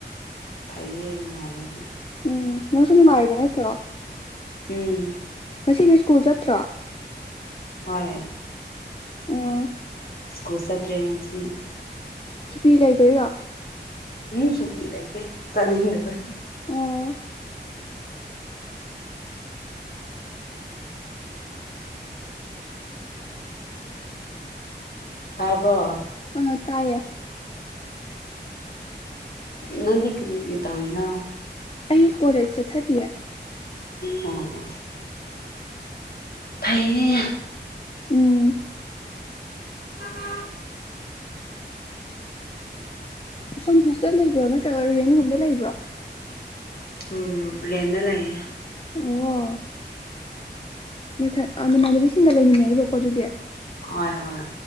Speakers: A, on the left (about 55°); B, on the left (about 30°).
A: ꯐꯩꯌꯦ ꯅꯨꯡꯉꯥꯏꯔꯗꯤ
B: ꯎꯝ ꯅꯪꯁꯨ ꯅꯉꯥꯏꯔꯤꯕ ꯅꯠꯇ꯭ꯔꯣ
A: ꯎꯝ
B: ꯉꯁꯤꯗꯤ ꯁ꯭ꯀꯨꯜ ꯆꯠꯇ꯭ꯔꯣ
A: ꯍꯣꯏ
B: ꯑꯣ
A: ꯁ꯭ꯀꯨꯜ ꯆꯠꯇ꯭ꯔꯦ ꯉꯁꯤ
B: ꯁꯨꯇꯤ ꯂꯩꯕꯩꯔꯣ
A: ꯎꯝ ꯁꯨꯇꯤ ꯂꯩꯇꯦ ꯆꯠꯅꯤꯡꯗꯕꯩ
B: ꯑꯣ
A: ꯇꯥꯕ꯭ꯔꯣ
B: ꯑ ꯇꯥꯏꯌꯦ
A: ꯅꯪꯗꯤ ꯀ꯭ꯔꯤ ꯀ꯭ꯔꯤ ꯇꯧꯔꯤꯅꯣ
B: ꯑꯩꯩ ꯀꯣꯂꯦꯖ ꯆꯠꯊꯔꯤꯌꯦ
A: ꯑꯣ ꯑꯣ ꯐꯩꯌꯦ
B: ꯎꯝ
A: <unintelligible>
B: ꯁꯣꯝ ꯍꯣꯁꯇꯦꯜ ꯂꯩꯕ꯭ꯔꯣ ꯅꯠꯇ꯭ꯔꯒ ꯔꯦꯟꯒꯨꯝꯗ ꯂꯩꯕ꯭ꯔꯣ
A: ꯎꯝ ꯔꯦꯟꯗ ꯂꯩꯌꯦ
B: ꯑꯣ ꯅꯊꯟ ꯑ ꯅꯃꯥꯟꯅꯕꯤꯁꯤꯡꯒ ꯂꯩꯃꯤꯟꯅꯩꯕꯀꯣ ꯑꯗꯨꯗꯤ
A: ꯍꯣꯏ ꯍꯣꯏ